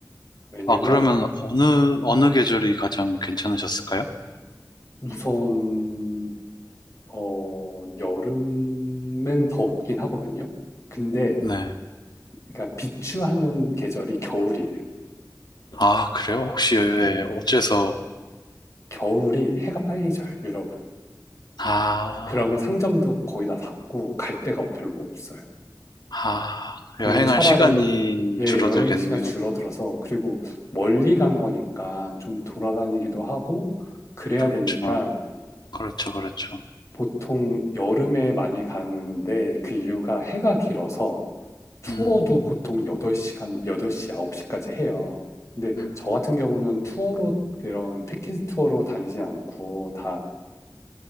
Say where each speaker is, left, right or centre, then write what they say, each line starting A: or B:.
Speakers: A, on the left (about 45°); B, on the left (about 80°).
A: 왜냐면
B: 아, 그러면 어느, 어느 계절이 가장 괜찮으셨을까요?
A: 우선 어 여름엔 덥긴 하거든요. 근데
B: 네.
A: 그러니까 비추하는 계절이 겨울이에요.
B: 아, 그래요? 혹시, 예,
A: 네,
B: 어째서,
A: 겨울이 해가 빨리 져요, 유럽은.
B: 아,
A: 그러면 상점도 거의 다 닫고 갈 데가 별로 없어요.
B: 아,
A: 그러니까
B: 여행할
A: 차라리
B: 시간이
A: 네,
B: 줄어들겠네요.
A: 여행 시간 줄어들어서 그리고 멀리 간 거니까 좀 돌아다니기도 하고 그래야
B: 그렇죠.
A: 되니까
B: 그렇죠. 그렇죠.
A: 보통 여름에 많이 가는데 그 이유가 해가 길어서 투어도
B: 음,
A: 보통 8시간, 여덟 시 9시까지 해요. 근데
B: 음,
A: 저 같은 경우는 투어로 그런 패키지 투어로 다니진 않고 다